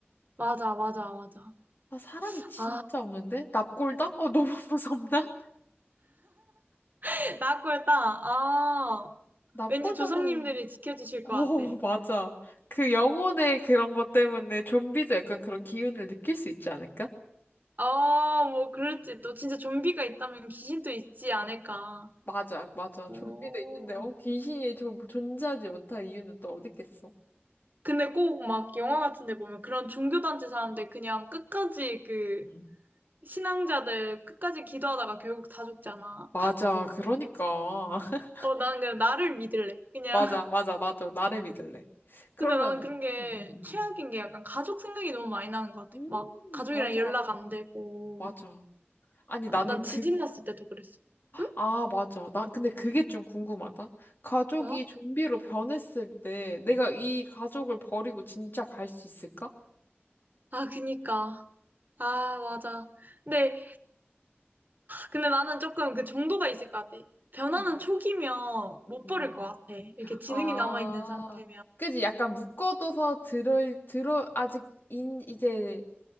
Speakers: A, on the right (about 45°); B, on the left (about 55°).
A: 맞아, 맞아, 맞아.
B: 아, 사람이 진짜
A: 아,
B: 없는데? 납골당? 어, 너무 <laughs> 무섭나?
A: <laughs> 나꼴딱 아,
B: 납골당은,
A: 왠지 조상님들이 지켜주실
B: 어,
A: 것 같아.
B: 맞아. 그 영혼의 그런 것 때문에 좀비도 약간 그런 기운을 느낄 수 있지 않을까?
A: 아, 뭐, 그럴지. 또 진짜 좀비가 있다면 귀신도 있지 않을까.
B: 맞아, 맞아.
A: 오.
B: 좀비도 있는데, 어, 귀신이 좀 존재하지 못할 이유는 또 어디 있겠어?
A: 근데 꼭 막 영화 같은 데 보면 그런 종교단체 사람들 그냥 끝까지 그
B: 음.
A: 신앙자들 끝까지 기도하다가 결국 다 죽잖아.
B: 맞아. 그러니까. <laughs>
A: 어, 나는 그냥 나를 믿을래. 그냥.
B: 맞아,
A: <laughs>
B: 맞아. 나도 나를 믿을래. 그러면,
A: 근데 나는 그런 게
B: 음,
A: 최악인 게 약간 가족 생각이 너무 많이 나는 것 같아.
B: 음, 음.
A: 막 가족이랑
B: 음, 맞아.
A: 연락 안 되고.
B: 맞아. 아니,
A: 어,
B: 나는
A: 난 지진
B: 그,
A: 났을 때도 그랬어. 응?
B: 아, 맞아. 난 근데 그게
A: 응.
B: 좀 궁금하다. 가족이
A: 나?
B: 좀비로 변했을 때 내가 이 가족을 버리고 진짜 갈 수 있을까?
A: 아, 그니까. 아, 맞아. 근데 근데 나는 조금 그 정도가 있을 것 같아. 변화는
B: 음,
A: 초기면 못
B: 음, 음,
A: 버릴
B: 음.
A: 것 같아. 이렇게 지능이
B: 아,
A: 남아있는 상태면.
B: 그지? 약간 묶어둬서 들을, 들어, 아직 인, 이제